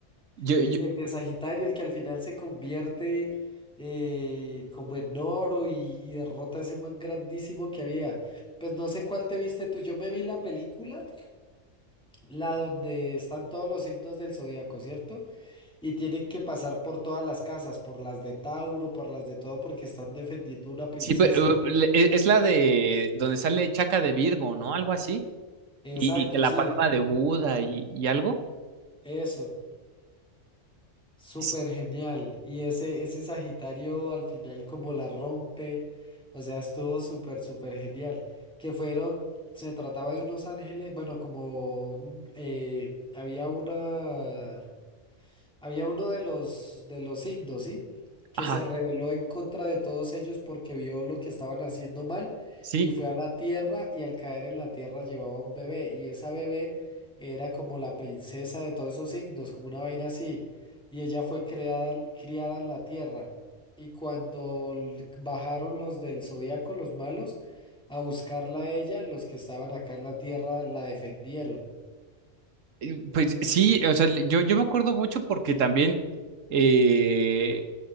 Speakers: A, on the right (about 75°); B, in the centre.
A: Yo,
B: El,
A: yo,
B: el de Sagitario, el que al final se convierte eh, como en oro y, y derrota a ese man grandísimo que había. Pues no sé cuál te viste tú. Yo me vi la película, la donde están todos los signos del zodiaco, ¿cierto? Y tienen que pasar por todas las casas, por las de Tauro, por las de todo, porque están defendiendo una princesa.
A: sí, pero, eh, le- e- es la de donde sale Chaca de Virgo, ¿no? Algo así.
B: Exacto,
A: Y, y que la
B: sí,
A: palma de Buda y, y algo.
B: eso. Súper
A: Es-
B: genial. Y ese, ese Sagitario al final como la rompe, o sea, estuvo súper, súper genial. Que fueron, se trataba de unos ángeles, bueno, como un- eh, había una... Había uno de los de los Igdos, ¿sí? Que
A: Ajá.
B: se rebeló en contra de todos ellos porque vio lo que estaban haciendo mal
A: Sí,
B: y fue a la tierra y al caer en la tierra llevaba un bebé y esa bebé era como la princesa de todos esos Igdos, como una vaina así. Y ella fue creada, criada en la tierra. Y cuando l- bajaron los del zodiaco los malos, a buscarla a ella, los que estaban acá en la tierra la defendieron.
A: eh, pues sí, o sea, le- yo, yo me acuerdo mucho porque también, eh,